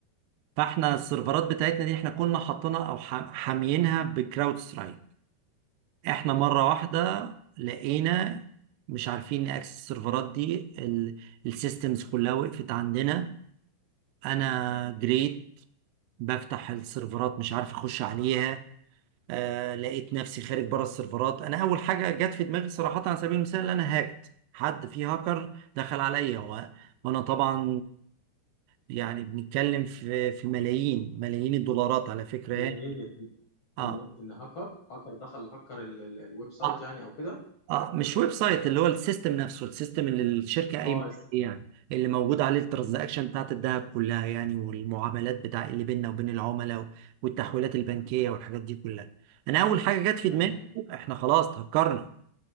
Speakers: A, on the right; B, on the left.
A: فاحنا السيرفرات بتاعتنا دي احنا كنا حاطينها او ح- حاميينها بكراود سترايك احنا مره واحده لقينا مش عارفين نأكسس السيرفرات دي ال- السيستمز كلها وقفت عندنا انا جريت بفتح السيرفرات مش عارف اخش عليها آه لقيت نفسي خارج بره السيرفرات انا اول حاجه جت في دماغي صراحه على سبيل المثال ان انا هاكت حد في هاكر دخل عليا و... وانا طبعا يعني بنتكلم في في ملايين ملايين الدولارات على فكره
B: ان
A: يعني
B: ان
A: اه
B: ان ان هاكر هاكر دخل هاكر ال- ال- الويب سايت
A: اه
B: يعني او كده
A: اه مش ويب سايت اللي هو السيستم نفسه السيستم اللي الشركه قايمه
B: اه
A: عليه
B: اس-
A: يعني اللي موجود عليه الترانزاكشن بتاعت الذهب كلها يعني والمعاملات بتاع اللي بيننا وبين العملاء والتحويلات البنكيه والحاجات دي كلها انا اول حاجه جت في
B: تمام
A: دماغي احنا خلاص هكرنا